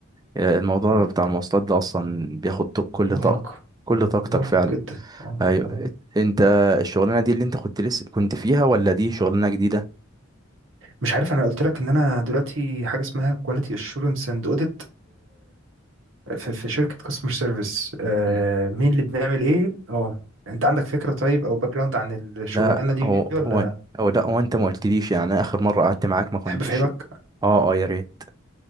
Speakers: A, on the right; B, on the right.
A: الموضوع
B: اه
A: بتاع المواصلات ده اصلا بياخد كل
B: مرهق
A: طاقه كل طاقتك
B: مرهق
A: فعلا
B: جدا اه
A: ايوه
B: آه.
A: انت الشغلانه دي اللي انت كنت لسه كنت فيها ولا دي شغلانه جديده
B: مش عارف انا قلت لك ان انا دلوقتي حاجه اسمها كواليتي اشورنس اند اوديت في في شركه كاستمر سيرفيس
A: مم.
B: مين اللي بنعمل ايه اه انت عندك فكره طيب او باك جراوند عن الشغلانه
A: لا
B: دي
A: هو
B: ولا
A: هو او لا هو انت ما قلتليش يعني أنا اخر مره قعدت معاك ما كنتش
B: تحب افهمك
A: اه اه يا ريت